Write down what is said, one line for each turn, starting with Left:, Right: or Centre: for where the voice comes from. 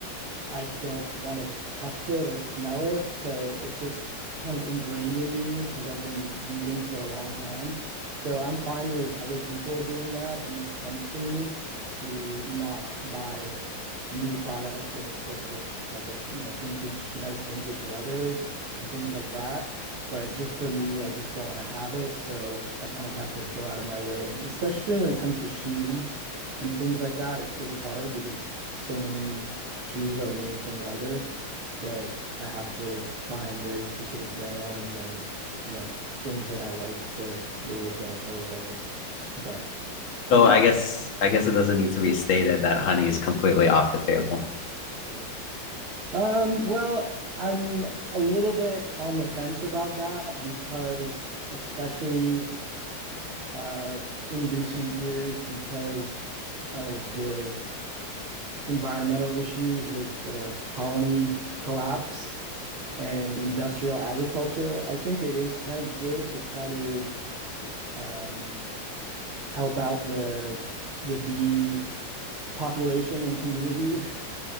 Right: I don't want to touch it or smell it. So it's just kind of ingrained in me because I've been vegan for a long time. So I'm fine with other people doing that. It makes sense to me to not buy new products and instead get like a, you know, vintage, nice vintage leather and things like that. But just for me, I just don't want to have it. So I kind of have to go out of my way, especially when it comes to shoes and things like that. It's pretty hard because so many shoes are made from leather that I have to find very specific brands and, you know, things that I like the the look of or whatever. But
Left: So
Right: yeah.
Left: I guess I guess it doesn't need to be stated that honey is completely off the table.
Right: Um, well, I'm a little bit on the fence about that because especially uh in recent years because of the environmental issues with the colony collapse and industrial agriculture, I think it is kind of good to try to um, help out the the bee population and community. <laughs>